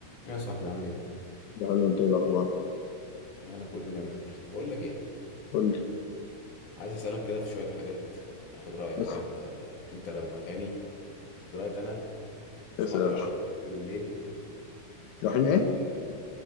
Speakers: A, on the left; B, on the left.
A: يا صاحبي عامل ايه؟
B: ده حلو انت ايه الاخبار
A: انا كله جميل بقول لك ايه
B: قول لي
A: عايز اسالك كده في شويه حاجات اخد رايك
B: اسال
A: فيها انت انت لو مكاني دلوقتي انا صحابي
B: اسال يا باشا
A: رايحين فيلم بالليل
B: رايحين
A: ورايح
B: ايه